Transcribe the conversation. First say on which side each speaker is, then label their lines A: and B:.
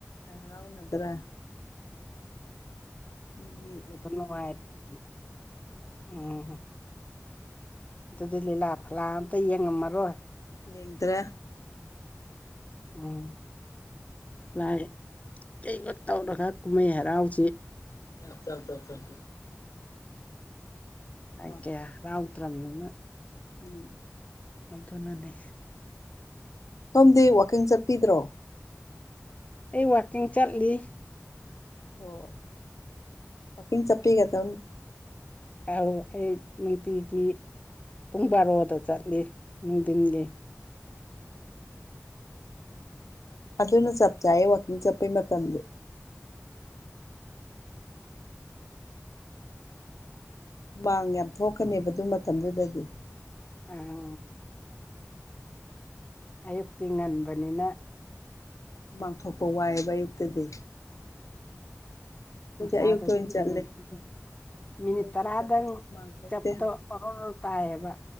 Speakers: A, on the left; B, on the left.
A: ꯂꯥꯏ ꯍꯔꯥꯎꯅꯗ꯭ꯔꯦ ꯑꯗꯨꯒꯤ
B: <unintelligible> ꯎꯝ ꯑꯗꯨꯗꯤ ꯂꯤꯂꯥ ꯐꯂꯥ ꯑꯝꯇ ꯌꯦꯡꯉꯝꯃꯔꯣꯏ
A: ꯌꯦꯡꯗ꯭ꯔꯦ
B: ꯎꯝ ꯂꯥꯏ ꯀꯩꯕ ꯇꯧꯔꯒ ꯀꯨꯝꯍꯩ ꯍꯔꯥꯎꯁꯤ
A: <unintelligible>
B: ꯂꯥꯏ
A: ꯍꯣꯏ
B: ꯀꯌꯥ ꯍꯔꯥꯎꯗ꯭ꯔꯝꯅꯤꯅ
A: ꯎꯝ
B: ꯑꯗꯨꯅꯅꯦ
A: ꯁꯣꯝꯗꯤ ꯋꯥꯛꯀꯤꯡ ꯆꯠꯄꯤꯗ꯭ꯔꯣ
B: ꯑꯩ ꯋꯥꯛꯀꯤꯡ ꯆꯠꯂꯤ
A: ꯑꯣ ꯋꯥꯀꯤꯡ ꯆꯞꯄꯤꯒꯝꯅꯦ
B: ꯑꯧ ꯑꯩ ꯅꯨꯡꯇꯤꯒꯤ ꯄꯨꯡ ꯕꯥꯔꯣꯗ ꯆꯠꯂꯤ ꯅꯨꯡꯊꯤꯟꯒꯤ
A: ꯑꯗꯨꯅ ꯆꯞ ꯆꯥꯏꯌꯦ ꯋꯥꯛꯀꯤꯡ ꯆꯠꯄꯩ ꯃꯇꯝꯗꯤ ꯍꯨꯃꯥꯡ ꯌꯥꯝ ꯊꯣꯛꯀꯅꯦꯕ ꯑꯗꯨ ꯃꯇꯝꯗꯨꯗꯗꯤ
B: ꯎꯝ ꯑꯌꯨꯛꯇꯤ ꯉꯟꯕꯅꯤꯅ
A: ꯃꯥꯡꯊꯣꯛꯄ ꯋꯥꯏꯑꯦꯕ ꯑꯌꯨꯛꯇꯗꯤ ꯑꯗꯨꯗꯤ
B: ꯁꯗ
A: ꯑꯌꯨꯛꯇ
B: <unintelligible>
A: ꯑꯣꯏꯅ ꯆꯠꯂꯦ
B: ꯃꯤꯅꯤꯠ
A: ꯑꯌꯨꯛꯇ
B: ꯇꯔꯥꯗꯪ
A: ꯆꯠꯄꯁꯦ ꯍꯨꯃꯥꯡ ꯊꯣꯛꯇꯦ
B: ꯆꯠꯄꯗꯣ ꯑꯣꯔꯣꯔꯣ ꯇꯥꯏꯌꯦꯕ